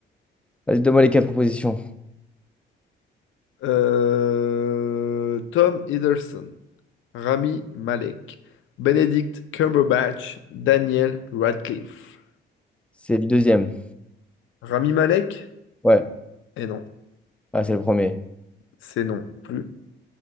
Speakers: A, in the centre; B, on the left.
A: Vas-y, donne-moi les quatre propositions.
B: Euh, Tom Hiddleston, Rami Malek, Benedict Cumberbatch, Daniel Radcliffe.
A: C'est le deuxième.
B: Rami Malek?
A: Ouais.
B: Eh non,
A: Ah, c'est le premier.
B: c'est non plus.